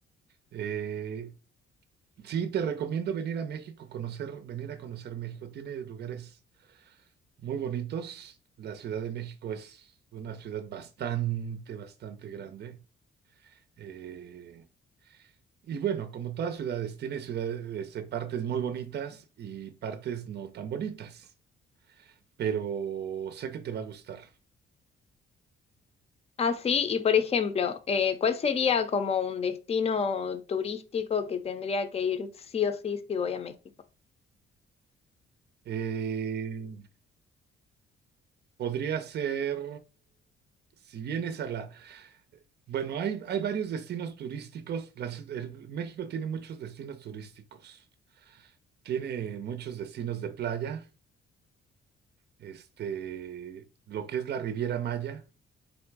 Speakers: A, on the right; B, on the left.
A: Eh, sí, te recomiendo venir a México, conocer, venir a conocer México. Tiene lugares muy bonitos. La Ciudad de México es una ciudad bastante, bastante grande. Eh, y bueno, como todas ciudades, tiene ciudades, eh, partes muy bonitas y partes no tan bonitas, pero sé que te va a gustar.
B: Ah, sí, y por ejemplo, eh, ¿cuál sería como un destino turístico que tendría que ir sí o sí si voy a México?
A: Eh, podría ser, si vienes a la... Bueno, hay, hay varios destinos turísticos. Las- el- México tiene muchos destinos turísticos. Tiene muchos destinos de playa. Este, lo que es la Riviera Maya,